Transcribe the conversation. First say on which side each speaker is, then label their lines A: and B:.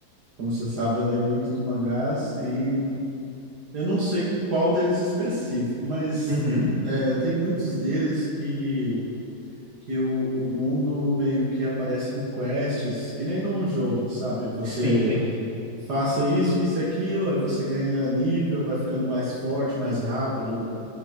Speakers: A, on the right; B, on the right.
A: Como você sabe, eu leio muitos mangás e eu não sei qual deles específico, mas
B: Uhum.
A: é, tem muitos deles que, que o, o mundo meio que aparece em quests, que nem num jogo, sabe? Você
B: Sim, sim.
A: faça isso, isso e aquilo, aí você ganha nível, vai ficando mais forte, mais rápido.